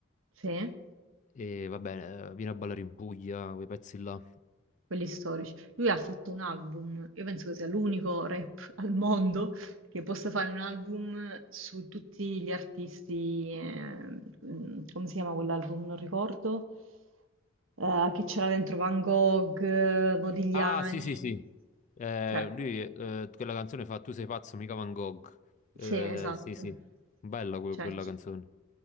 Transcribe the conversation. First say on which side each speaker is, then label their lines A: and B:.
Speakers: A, on the right; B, on the left.
A: sì?
B: e vabbè, eh, Vieni a ballare in Puglia, quei pezzi là.
A: Quelli storici. Lui ha fatto un album, io penso che sia l'unico rap <laughs> al mondo che possa fare un album su tutti gli artisti, eh, mm, come si chiama quell'album? Non ricordo, eh, che c'era dentro Van Gogh, Modigliani,
B: Ah, sì, sì, sì. Eh,
A: cioè
B: lui, eh, quella canzone fa Tu sei pazzo, mica Van Gogh. Eh,
A: Sì, esatto.
B: sì, sì. Bella que-
A: Cioè,
B: quella
A: chi-
B: canzone.